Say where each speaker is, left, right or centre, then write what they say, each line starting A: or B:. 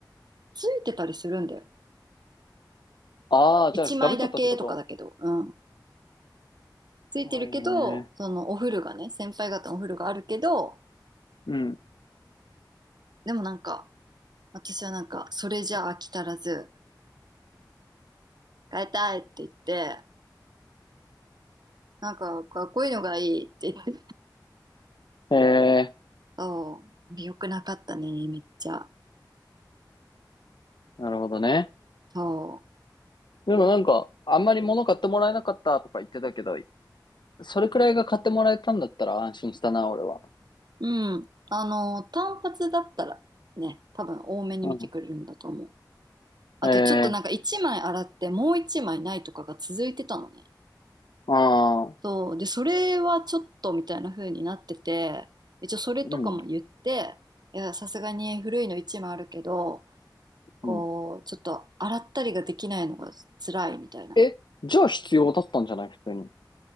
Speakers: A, on the right; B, on the left.
A: ついてたりするんだよ。
B: ああー、
A: 1枚だけとかだけど、
B: じゃあダブっちゃったってこと
A: うん。ついてるけど、
B: はい、へえ
A: そのお風呂がね、先輩方のお風呂があるけど、
B: うん。
A: でもなんか、私はなんか、それじゃ飽き足らず、変えたいって言って、なんかかっこいいのがいいって言って、
B: へえー
A: そう、良くなかったね、めっちゃ。
B: なるほどね。
A: そ
B: でもなんか、あんまり物買ってもらえなかったとか言ってたけど、それくらいが買ってもらえたんだったら安心したな、俺は。
A: う。うん。あの、単発だったらね、多分多めに見てくれるんだと思う。
B: うん。
A: あとちょっとなんか1枚洗ってもう1枚ないとかが続いてたのね。
B: えー、ああ、
A: そう。で、それはちょっとみたいな風になってて、一応それとかも言って、
B: うん、
A: いや、さすがに古いの1枚あるけど、こう、
B: うん。
A: ちょっと洗ったりができないのが辛いみたいな。
B: え、じゃあ必要だったんじゃない普通に。